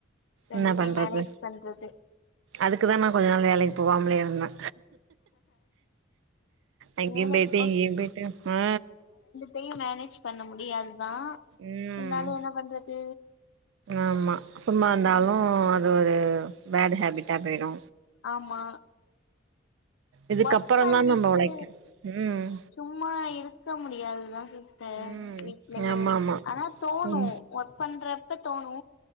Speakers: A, on the left (about 70°); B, on the right (about 70°).
A: ரெண்டுத்தையு
B: என்ன பண்றது
A: மேனேஜ் பண்றது
B: அதுக்குதா நா கொஞ்ச நாள் வேலைக்கு போவாமலே இருந்தே அங்கேயு
A: வேலைக்கு
B: பொய்ட்டு இங்கேயு பொய்ட்டு ஆ
A: டையு மேனேஜ் பண்ண முடியாதுதா
B: ம்
A: இருந்தாலு என்ன பண்றது
B: ஆமா சும்மா இருந்தாலு
A: ம்
B: அது ஒரு பேட் ஹேபிட்டா போயிடு
A: ஆமா
B: இதுக்
A: ஒர்க்
B: அப்றோ
A: பண்ணிட்டு
B: தா நம்மோ ஒழைக்கனு ம்
A: சும்மா இருக்க முடியாதுதா சிஸ்டர்
B: ம்
A: வீட்லயே
B: ஆமா ஆமா
A: ஆனா தோணு
B: ம்
A: ஒர்க் பண்றப்ப தோணு